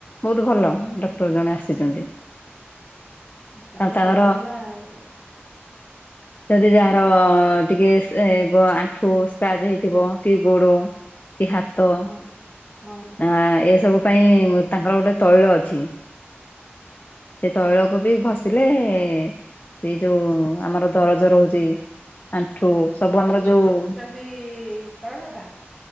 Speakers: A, on the left; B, in the centre.
A: ବହୁତ ଭଲ ଡକ୍ଟର ଜଣେ ଆସିଛନ୍ତି।
B: ତାହେଲେ
A: ଆଉ ତାଙ୍କର
B: ଭଲ ହେଲା ଆଉ।
A: ଯଦି ଯାହାର୍
B: ଉଁ
A: ଅ ଟିକେ ଆଣ୍ଠୁ ସ୍କାଚ୍ ହେଇଥିବ କି ଗୋଡ କି ହାତ୍ ତ
B: ହଁ ହଁ
A: ଆ ଏସବୁ ପାଇଁ ତାଙ୍କର ଗୋଟେ ତୈଳ ଅଛି। ସେ ତୈଳକୁ ବି ଘଷିଲେ ଏଇ ଯୋଉ ଆମର ଦରଜ ରହୁଛି ଆଣ୍ଠୁ ସବୁ ଆମର ଯୋଉ
B: ବି ତୈଳ ଟା?